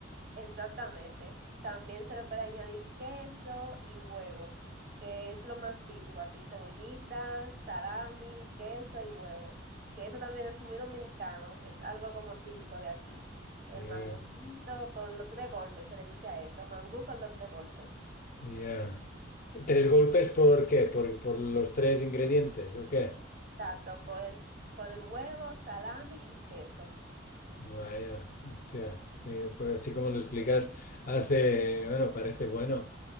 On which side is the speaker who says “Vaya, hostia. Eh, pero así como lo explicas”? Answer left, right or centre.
Left